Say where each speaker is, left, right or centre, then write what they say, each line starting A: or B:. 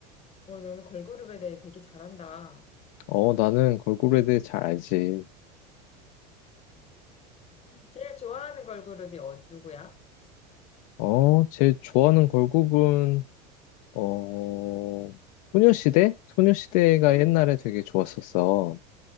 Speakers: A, on the left (about 30°); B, on the left (about 60°).
A: 응. 어, 너는 걸그룹에 대해 되게 잘한다.
B: 어, 나는 걸그룹에 대해 잘 알지.
A: 제일 좋아하는 걸그룹이 어, 누구야?
B: 어, 제일 좋아하는 걸그룹은, 어, 소녀시대? 소녀시대가
A: 음,
B: 옛날에 되게 좋았었어.